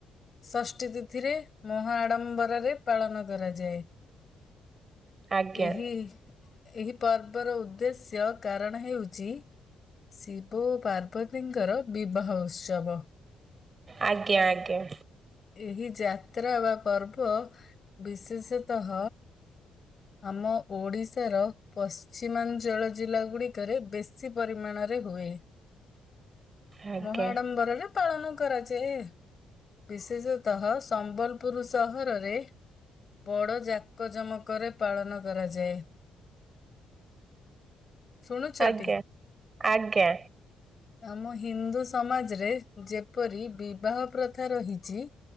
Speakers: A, on the left; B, on the right.
A: ଷଷ୍ଠୀ ତିଥିରେ ମହାଆଡ଼ମ୍ବରରେ ପାଳନ କରାଯାଏ।
B: ଆଜ୍ଞା
A: ଏହି ଏହି ପର୍ବର ଉଦ୍ଦେଶ୍ୟ କାରଣ ହେଉଛି ଶିବ ଓ ପାର୍ବତୀଙ୍କର ବିବାହ ଉତ୍ସବ।
B: ଆଜ୍ଞା ଆଜ୍ଞା।
A: ଏହି ଯାତ୍ରା ବା ପର୍ବ ବିଶେଷତଃ ଆମ ଓଡ଼ିଶାର ପଶ୍ଚିମାଞ୍ଚଳ ଜିଲ୍ଲା ଗୁଡିକରେ ବେଶୀ ପରିମାଣରେ ହୁଏ।
B: ଆଜ୍ଞା।
A: ମହାଡମ୍ବରରେ ପାଳନ କରାଯାଏ। ବିଶେଷତଃ ସମ୍ବଲପୁର ସହରରେ ବଡ଼ଯାକଜମକରେ ପାଳନ କରାଯାଏ। ଶୁଣୁଚ
B: ଆଜ୍ଞା
A: ଟି?
B: ଆଜ୍ଞା
A: ଆମ ହିନ୍ଦୁ ସମାଜରେ ଯେପରି ବିବାହ ପ୍ରଥା ରହିଛି।